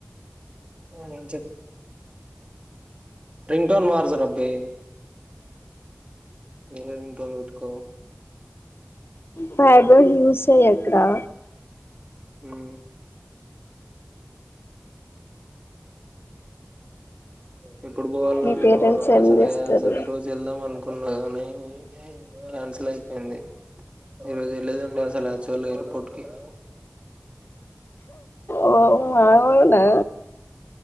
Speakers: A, on the right; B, on the left.
A: అవును చెప్ రింగ్ టోన్ మార్జరా అబ్బి వేరే రింగ్ టోన్ పెట్టుకో
B: ఫైబర్ యూస్ చేయ్క్ రా
A: ఉమ్ ఎల్ ఎప్పుడు పోవాల్నో
B: మీ పేరెంట్స్
A: ఏమో
B: ఏం
A: అసలే
B: చేస్తారు
A: అసలు ఈరోజు వెళ్దాం అనుకున్ ఉన్నా కానీ కాన్సిల్ అయిపోయింది. ఈరోజు వెళ్లేదుండే అసలు యాక్చువల్ ఎయిర్పోర్ట్ కి <unintelligible>
B: ఓ అవునా
A: ఆహా